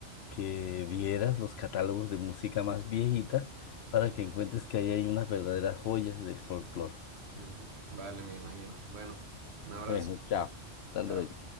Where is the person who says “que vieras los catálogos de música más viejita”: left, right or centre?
Left